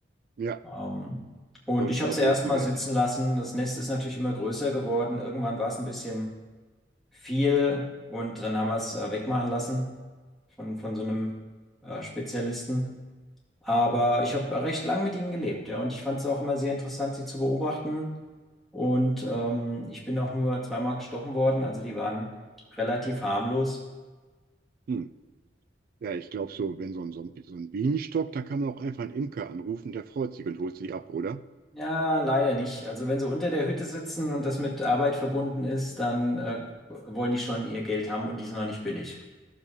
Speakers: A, on the right; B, in the centre.
A: ja,
B: Ähm, und
A: sollte
B: ich
A: verboten
B: habe sie erstmal
A: werden.
B: sitzen lassen. Das Nest ist natürlich immer größer geworden. Irgendwann war es ein bisschen viel und dann haben wir es äh, wegmachen lassen von, von so einem äh, Spezialisten. Aber ich habe recht lang mit ihnen gelebt, ja, und ich fand es auch immer sehr interessant, sie zu beobachten. Und ähm, ich bin auch nur zweimal gestochen worden, also die waren relativ harmlos.
A: Hm. Ja, ich glaube so, wenn so ein, so ein so ein Bienenstock, da kann man auch einfach einen Imker anrufen, der freut sich und holt sie ab, oder?
B: Ja, leider nicht. Also wenn sie unter der Hütte sitzen und das mit Arbeit verbunden ist, dann äh, wollen die schon ihr Geld haben und die sind noch nicht billig.